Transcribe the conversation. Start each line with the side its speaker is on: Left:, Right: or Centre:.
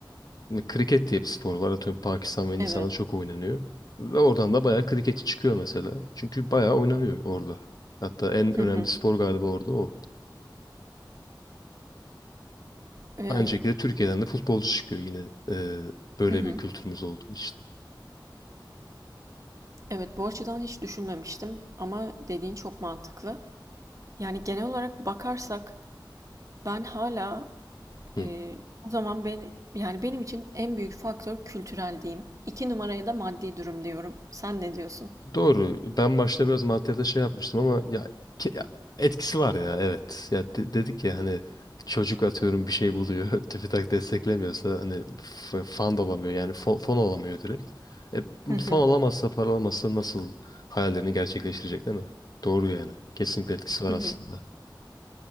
Left: e, kriket diye bir spor var. Atıyorum Pakistan ve Hindistan'da
Right: Evet.
Left: çok oynanıyor. Ve oradan da bayağı kriketçi çıkıyor mesela. Çünkü bayağı oynanıyor orada. Hatta en
Right: Hı
Left: önemli
Right: hı.
Left: spor galiba orada o.
Right: E,
Left: Aynı şekilde Türkiye'den de futbolcu çıkıyor yine e, böyle
Right: hı hı.
Left: bir kültürümüz olduğu için.
Right: Evet bu açıdan hiç düşünmemiştim ama dediğin çok mantıklı. Yani genel olarak bakarsak ben hala
Left: Hı.
Right: Ee, o zaman ben yani benim için en büyük faktör kültürel diyeyim. İki numaraya da maddi durum diyorum. Sen ne diyorsun?
Left: Doğru. Ben başta biraz maddiyata şey yapmıştım ama ya, ke- ya etkisi var ya evet. Ya de- dedik ya hani çocuk atıyorum bir şey buluyor. <laughs> TÜBİTAK desteklemiyorsa hani f- fan da olamıyor. Yani fon, fon olamıyor direkt. E,
Right: Hı hı.
Left: fon olamazsa para olamazsa nasıl hayallerini gerçekleştirecek değil mi? Doğru yani. Kesinlikle etkisi var
Right: hı
Left: aslında.
Right: hı.